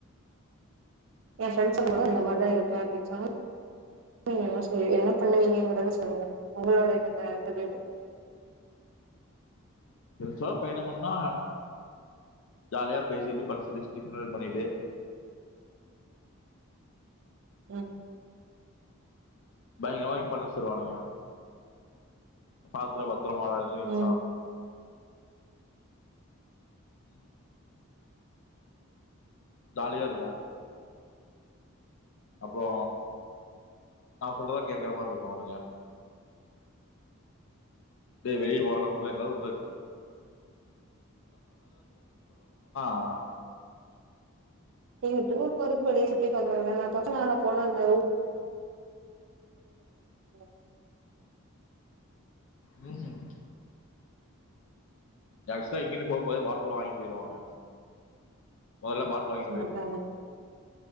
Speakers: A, on the right (about 65°); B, on the left (about 60°).
A: ஏ பிரண்ட்ஸ்ககூடலா அந்த மாரி தா இருப்பே அப்டின்னு சொன்னா <unintelligible> என்ன பண்ணுவீங்கங்கறத சொல்லுங்க ஒங்ளோட ஆஹ் அது ஒரு
B: சொகுசா பயணோ பண்ணா ஜாலியா பேசிட்டு <unintelligible> பண்ணிட்டு
A: உம்
B: பயங்கரமா இத்பண்ண சொல்வாங்க பாத்து <unintelligible> <unintelligible> பாத்துபோங்க
A: ம்
B: உம் ஜாலியா இருக்கு அப்றோ நா சொல்றதா கேக்குற மாரி இருக்கு அவுனுங்க நீ வெளிய போனாலு <unintelligible>
A: நீங்க டூர் போறக்கு வெளிய சுத்திட்டு <unintelligible> பசங்க எல்லா <unintelligible>
B: வீசிங் எக்ஸ்ட்ரா இங்கிருந்து போம் போதே பாட்ல வாங்கிட்பொயிருவாங்க மொதல்ல பாட்ல வாங்கிட்டு பொயிருவோ
A: மாட்டாங்க